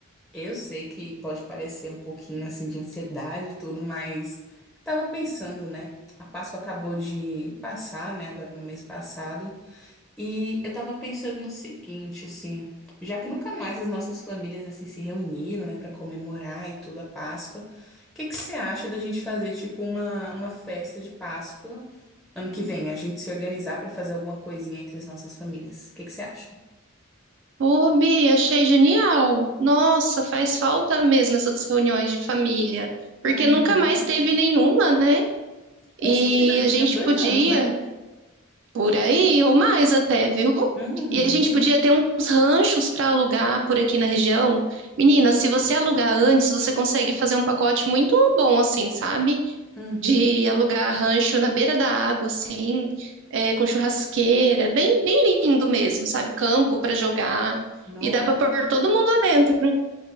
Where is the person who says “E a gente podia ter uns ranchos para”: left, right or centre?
Right